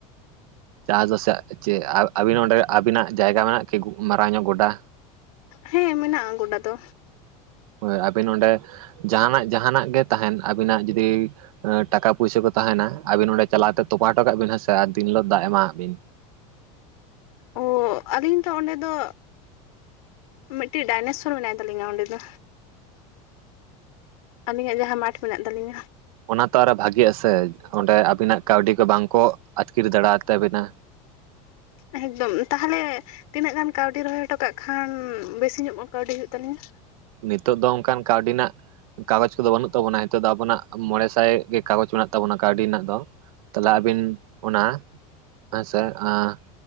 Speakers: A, on the right (about 80°); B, on the left (about 80°).
A: ᱪᱟᱥ ᱫᱚᱥᱮ ᱪᱮᱜ ᱟ ᱟᱹᱵᱤᱱ ᱦᱚᱸ ᱚᱸᱰᱮ ᱟᱹᱵᱤᱱᱟᱜ ᱡᱟᱭᱜᱟ ᱢᱮᱱᱟᱜᱼᱟ ᱠᱤ? ᱢᱟᱨᱟᱝ ᱧᱚᱜ ᱜᱚᱰᱟ᱾
B: ᱦᱮᱸ ᱢᱮᱱᱟᱜᱼᱟ ᱜᱚᱰᱟ ᱫᱚ᱾
A: ᱦᱳᱭ ᱟᱹᱵᱤᱱ ᱚᱸᱰᱮ ᱡᱟᱦᱟᱱᱟᱜ ᱡᱟᱦᱟᱱᱟᱜ ᱜᱮ ᱛᱟᱦᱮᱱ ᱟᱹᱵᱤᱱᱟᱜ ᱡᱩᱫᱤ ᱮᱸ ᱴᱟᱠᱟ ᱯᱩᱭᱥᱟᱹ ᱠᱚ ᱛᱟᱦᱮᱱᱟ ᱟᱵᱤᱱ ᱚᱸᱰᱮ ᱪᱟᱞᱟᱣ ᱠᱟᱛᱮ ᱛᱚᱯᱟ ᱚᱴᱚ ᱠᱟᱜ ᱵᱤᱱ ᱦᱮᱸ ᱥᱮ ᱟᱨ ᱫᱤᱱ ᱦᱤᱞᱳᱜ ᱫᱟᱜ ᱮᱢᱟᱣᱟᱜ ᱵᱤᱱ᱾
B: ᱚ ᱟᱹᱞᱤᱧ ᱫᱚ ᱚᱸᱰᱮ ᱫᱚ ᱢᱤᱜᱴᱤᱡ ᱰᱟᱭᱱᱮᱥᱥᱚᱨ ᱢᱮᱱᱟᱭ ᱛᱟᱹᱟᱞᱤᱧᱟ ᱚᱸᱰᱮ ᱫᱚ᱾ ᱟᱹᱞᱤᱧᱟᱜ ᱡᱟᱦᱟᱸ ᱢᱟᱴᱷ ᱢᱮᱱᱟᱜ ᱛᱟᱹᱞᱤᱧᱟ᱾
A: ᱚᱱᱟ ᱛᱚ ᱟᱨᱚ ᱵᱷᱟᱜᱤᱜᱼᱟ ᱥᱮ ᱚᱸᱰᱮ ᱟᱹᱵᱤᱱᱟᱜ ᱠᱟᱹᱣᱰᱤ ᱠᱚ ᱵᱟᱝ ᱠᱚ ᱟᱹᱛᱠᱤᱨ ᱫᱟᱲᱮᱣᱟ ᱛᱟᱵᱤᱱᱟ᱾
B: ᱮᱠᱫᱚᱢ ᱛᱟᱦᱚᱞᱮ ᱛᱤᱱᱟᱹᱜ ᱜᱟᱱ ᱠᱟᱹᱣᱰᱤ ᱨᱚᱦᱚᱭ ᱚᱴᱚ ᱠᱟᱜ ᱠᱷᱟᱱ ᱵᱮᱥᱤ ᱧᱚᱜ ᱠᱟᱹᱣᱰᱤ ᱦᱩᱭᱩᱜ ᱛᱟᱹᱞᱤᱧᱟ᱾
A: ᱱᱤᱛᱚᱜ ᱫᱚ ᱚᱝᱠᱟᱱ ᱠᱟᱹᱣᱰᱤ ᱱᱟᱜ ᱠᱟᱜᱚᱡᱽ ᱠᱚᱫᱚ ᱵᱟᱹᱱᱩᱜ ᱛᱟᱵᱚᱱᱟ ᱱᱤᱛᱚᱜ ᱫᱚ ᱟᱵᱚᱱᱟᱜ ᱢᱚᱬᱮ ᱥᱟᱭ ᱜᱮ ᱠᱟᱜᱚᱡᱽ ᱢᱮᱱᱟᱜ ᱛᱟᱵᱚᱱᱟ ᱠᱟᱹᱣᱰᱤ ᱱᱟᱜ ᱫᱚ᱾ ᱛᱟᱞᱮ ᱟᱹᱵᱤᱱ ᱚᱱᱟ ᱦᱮᱸᱥᱮ ᱟᱸ